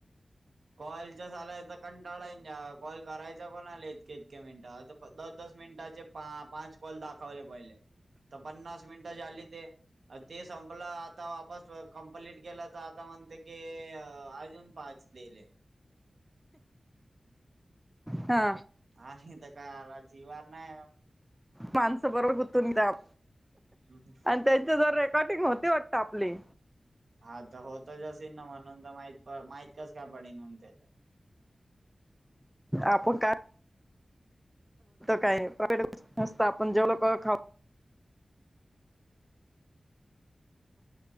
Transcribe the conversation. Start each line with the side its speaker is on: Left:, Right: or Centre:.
Right: कॉलच्यास आलाय तर कंटाळा येणार कॉल करायचा कोणा आले इतके इतके मिनिट द मिनिटाचे पाच कॉल दाखवले पहिले तर पन्नास मिनिटाचे आली ते ते संपलं आता वापस कंप्लीट केल तर आता म्हणते की अजून पाच बेले
Centre: हा
Right: आणि तर काय जीवार नाही.
Centre: माणसं बरोबर गुंतून द्यात
Right: हम ह
Centre: त्यांची जर रेकॉर्डिंग होती वाटतंय आपले.
Right: हा तर होतच असल ना म्हणून तर माह माहित काच काय पडन म्हून त्याला <inaudible>
Centre: आपण काय? काय प्रट <inaudible> गोष्ट नसत आपण जेवण लोक खा